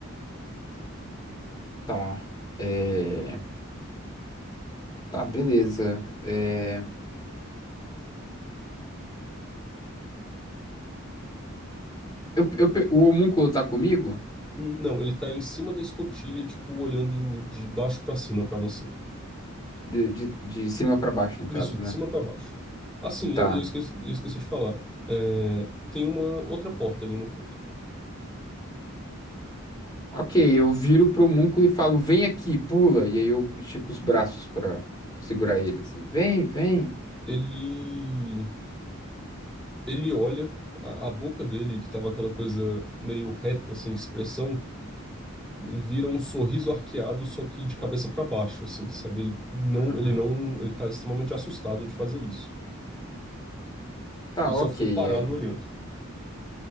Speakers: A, on the left; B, in the centre.
A: Tá, é. Tá, beleza. É, eu, eu pe- o homúnculo tá comigo?
B: Não, ele está em cima da escotilha, tipo, olhando de baixo para cima para você.
A: De, de, de cima pra baixo, no
B: Isso,
A: caso,
B: de
A: né?
B: cima para baixo. Assim,
A: Tá.
B: eu, eu esqueci, eu esqueci de falar. É, tem uma outra porta ali no fundo.
A: Ok, eu viro pro homúnculo e falo, vem aqui, pula. E aí eu estico os braços pra segurar ele, assim. Vem, vem.
B: Ele Ele olha, a, a boca dele, que tava aquela coisa meio reta, sem expressão, vira um sorriso arqueado, só que de cabeça para baixo, assim, sabe? Ele não,
A: Aham.
B: ele não, ele tá extremamente assustado de fazer isso.
A: Tá,
B: Ele
A: ok,
B: só fica parado
A: é.
B: olhando.